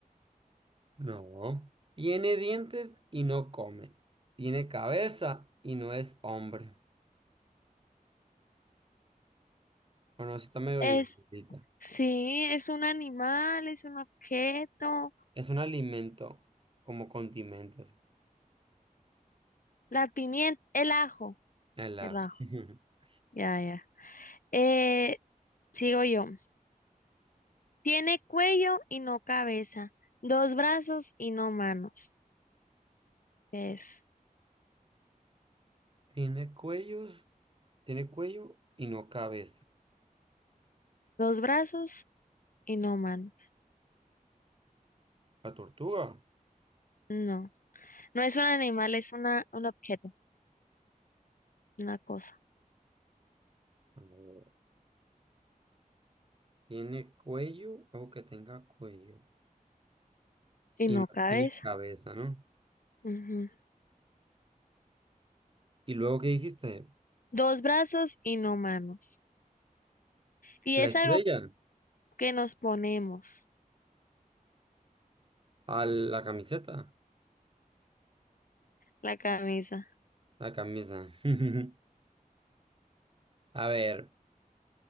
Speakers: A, on the right; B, on the left.
A: No. Tiene dientes y no come, tiene cabeza y no es hombre. Bueno, eso está medio
B: es,
A: difícil.
B: sí, es un animal, es un objeto.
A: Es un alimento como condimentos
B: La pimienta, el ajo,
A: El ajo.
B: el ajo.
A: <laughs>
B: Ya, ya. Eh, sigo yo. Tiene cuello y no cabeza. Dos brazos y no manos. ¿Qué es?
A: Tiene cuellos, tiene cuello y no cabeza.
B: Dos brazos y no manos.
A: La tortuga.
B: No, no es un animal, es una, un objeto, una cosa.
A: A ver, Tiene cuello, algo que tenga cuello.
B: y
A: Y
B: no
A: no
B: cabeza.
A: tiene cabeza, ¿no?
B: Ujú.
A: Y luego, ¿qué dijiste?
B: Dos brazos y no manos. Y
A: La
B: es
A: estrella.
B: algo que nos ponemos,
A: A la camiseta.
B: la camisa.
A: La camisa. <laughs> A ver.